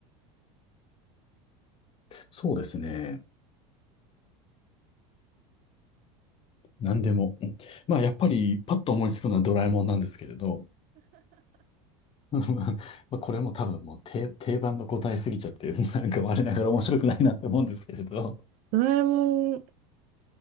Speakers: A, on the left; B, on the right.
A: そうですね。何でも。うんまあ、やっぱり、パッと思いつくのはドラえもんなんですけれど、<laughs> まあ、これも多分もう定、定番の答えすぎちゃって、なんか我ながら面白くないなと思うんですけれど。
B: ドラえもん